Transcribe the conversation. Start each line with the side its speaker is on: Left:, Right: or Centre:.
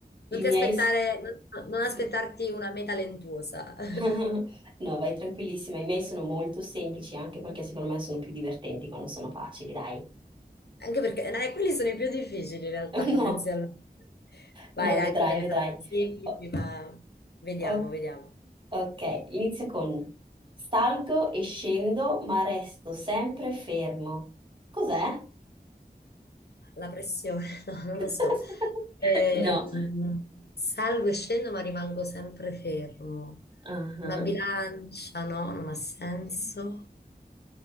Right: i
Left: non ti
Right: miei...
Left: aspettare,
Right: s-
Left: non, non
Right: sì.
Left: aspettarti una meta lentuosa. <laughs>
Right: <laughs> No, vai tranquillissima, i miei sono molto semplici anche perché secondo me sono più divertenti quando sono facili, dai.
Left: Anche perché eh, quelli sono i più difficili in realtà,
Right: <laughs>
Left: potenzialmente.
Right: No.
Left: Vai,
Right: No,
Left: dai,
Right: vedrai,
Left: anche te ne
Right: vedrai.
Left: faccio semplici,
Right: O-
Left: ma vediamo,
Right: o-
Left: vediamo.
Right: ok, inizio con salgo e scendo, ma resto sempre fermo. Cos'è?
Left: La pressione, <laughs> no,
Right: <laughs>
Left: non lo so. Ehm,
Right: No.
Left: salgo e scendo, ma rimango sempre fermo.
Right: Ah, No,
Left: Una bilancia, no, non ha senso.